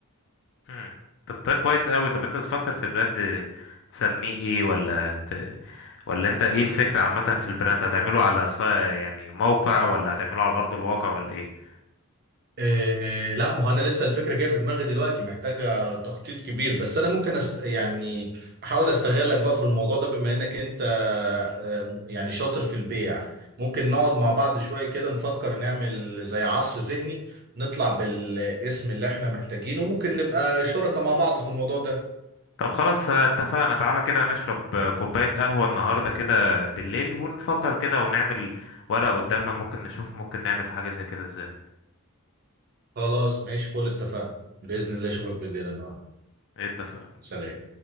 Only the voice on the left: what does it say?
مم. طب ده كويس قوي طب انت بتفكر في براند تسميه ايه ولا ت... ولا انت ايه الفكرة عامة في البراند هتعمله على ص... يعني موقع ولا هتعمله على ارض الواقع ولا ايه
طب خلاص اتفقنا تعالى كده نشرب كوباية قهوة النهاردة كده بالليل ونفكر كده ونعمل ورقة قدامنا ممكن نشوف ممكن نعمل حاجة زي كده ازاي
إيه اتفقنا